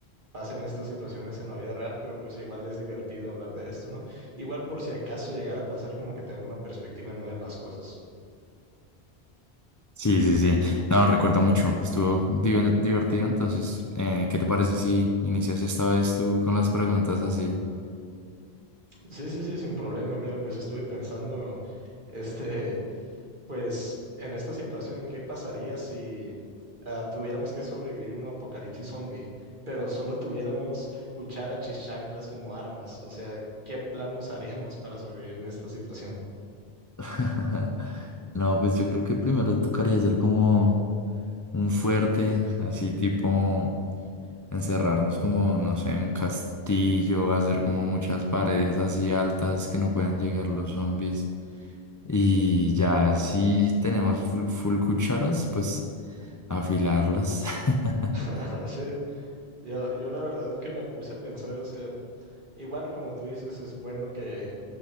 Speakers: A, on the right; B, on the left.
A: pasen estas situaciones en la vida real, pero pues igual es divertido hablar de esto, ¿no? Igual por si acaso llegara a pasar como que te da una perspectiva nueva de las cosas.
B: Sí, sí, sí. No, recuerdo mucho. Estuvo div- divertido. Entonces, eh, ¿qué te parece si inicias esta vez tú con las preguntas así?
A: Sí, sí, sí, sin problema. Mira, pues estuve pensando, este... Pues en esta situación, ¿qué pasaría si ah, tuviéramos que sobrevivir un apocalipsis zombie, pero solo tuviéramos cucharas y chanclas como armas? O sea, ¿qué plan usaríamos para sobrevivir en esta situación?
B: <laughs> No, pues yo creo que primero tocaría hacer como un fuerte, así tipo encerrarnos como, no sé, un castillo, hacer como muchas paredes así altas que no puedan llegar los zombies. Y ya si tenemos full, full cucharas, pues afilarlas. <laughs>
A: <laughs> Sí, yo, yo la verdad es que me puse a pensar, o sea, igual como tú dices, es bueno que